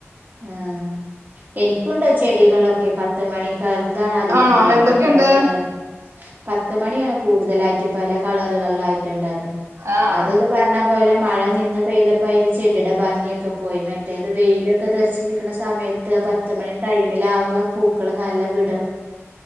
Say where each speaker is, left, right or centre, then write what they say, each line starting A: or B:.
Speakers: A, on the right; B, on the right.
A: ആ എനിക്കുണ്ട് ചെടികളൊക്കെ പ ത്ത് മണി <unintelligible> അധികം
B: ആണോ
A: കൂടുതല്
B: എന്തൊക്കെയുണ്ട്
A: പല കളറും പത്തുമണിയാണ് കൂടുതലായിട്ട് പല കളറുകളിലായിട്ടുണ്ടായിരുന്നു
B: ആഹ്
A: അത് ഇത് പറഞ്ഞ പോലെ മഴ നിന്ന് പെയ്തപ്പോ അതിന്റെ ചെടിയുടെ ഭംഗിയക് ക്കെ പോയി മറ്റേത് വെയിലെ ക്കെ തെറിച്ചിരിക്കണ സമയത്ത് പത്തുമണി ടൈമിലാവുമ്പോ പൂക്കള് നല്ല വിട